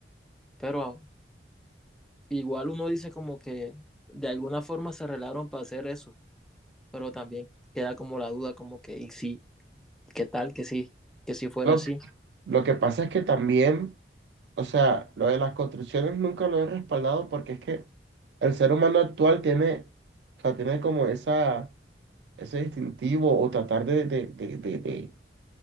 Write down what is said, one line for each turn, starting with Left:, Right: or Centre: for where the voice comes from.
Centre: pero igual uno dice como que de alguna forma se arreglaron para hacer eso, pero también queda como la duda, como que, y sí, ¿qué tal que sí, que si fuera
Right: Lo
Centre: así?
Right: Lo que pasa es que también, o sea, lo de las construcciones nunca lo he respaldado porque es que el ser humano actual tiene, o sea, tiene como esa, ese distintivo o tratar de, de, de, de, de-